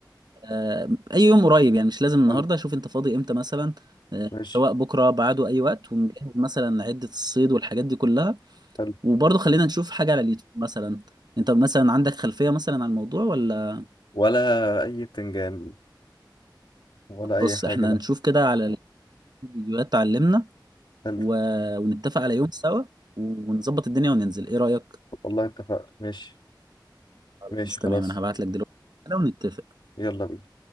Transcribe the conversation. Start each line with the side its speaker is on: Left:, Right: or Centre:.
Right: آه اي يوم قريب يعني مش لازم النهاردة
Left: حلو
Right: شوف انت فاضي امتى مثلا آه
Left: ماشي
Right: سواء بكرة بعده اي وقت ونجهز مثلا عدة الصيد والحاجات دي كلها
Left: حلو
Right: وبرضه خلينا نشوف حاجة على اليوتيوب مثلا انت مثلا عندك خلفية مثلا عن الموضوع ولا
Left: ولا أي بتنجان ولا
Right: بص
Left: أي حاجة
Right: احنا
Left: لا
Right: نشوف كده على الفيديوهات تعلمنا
Left: حلو
Right: و... ونتفق على يوم سوا ونظبط الدنيا وننزل ايه رأيك
Left: والله اتفقنا ماشي ماشي
Right: بس تمام
Left: خلاص
Right: انا هبعت لك دلوقتي ونتفق
Left: يلا بينا